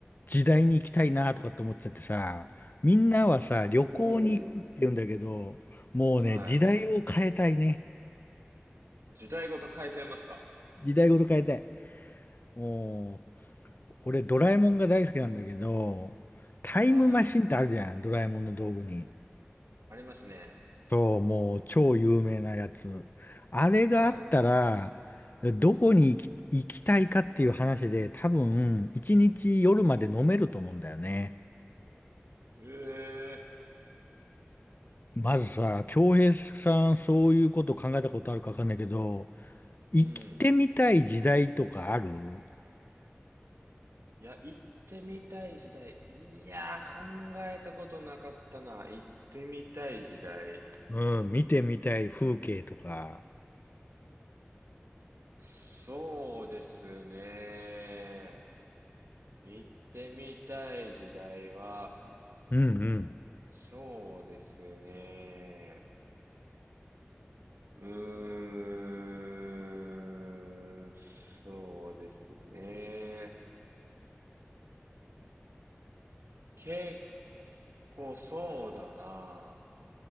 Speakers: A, on the left (about 45°); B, on the right (about 85°).
A: 時代に行きたいなとかって思っちゃってさ、みんなはさ、旅行に行くって言うんだけど、
B: い。おお。
A: もうね、
B: はい。
A: 時代を変えたいね。
B: 時代ごと変えちゃいますか
A: 時代ごと変えたい。もう、俺ドラえもんが大好きなんだけど、タイムマシンってあるじゃん、
B: はい。
A: ドラえもんの道具に。
B: ありますね。
A: そう、もう超有名なやつ。あれがあったら、
B: は
A: どこに行き、行きたいかっていう話で、多分、一日夜まで飲めると思うんだよね。
B: い。ええ
A: まずさ、京平さん、そういうこと考えたことあるかわかんないけど、生きてみたい時代とかある
B: うん。いや、行ってみたい時代。いやー、考えたことなかったな。行ってみたい時代。
A: うん、見てみたい風景とか。
B: そうですね。行ってみたい時代は、
A: うんうん。
B: そうですね。うーん、そうですね。結構そうだな。